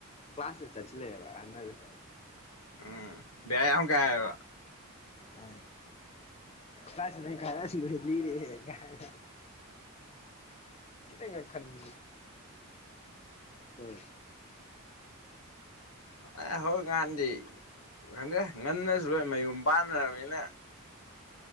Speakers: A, on the left; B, on the left.
A: ꯀ꯭ꯂꯥꯁꯇ ꯆꯠꯁꯤꯜꯂꯛꯑꯦꯕ ꯑꯍꯟ ꯑꯣꯏꯕꯁꯦ
B: ꯎꯝ ꯕꯦꯔꯥ ꯌꯥꯝ ꯀꯥꯏꯕ
A: ꯑ ꯀꯂꯥꯁ ꯏꯂꯥꯕꯦꯟ ꯀꯥꯔꯒ ꯈꯔ ꯂꯤꯔꯦ ꯀꯥꯅ ꯈꯤꯇꯪꯒ ꯈꯟ <unintelligible>
B: ꯎ ꯑꯦ ꯍꯧꯖꯤꯀꯥꯟꯗꯤ ꯈꯪꯗꯦ ꯉꯟꯅꯁꯨꯔꯣꯏ ꯃꯌꯨꯝ ꯄꯥꯟꯅꯔꯕꯅꯤꯅ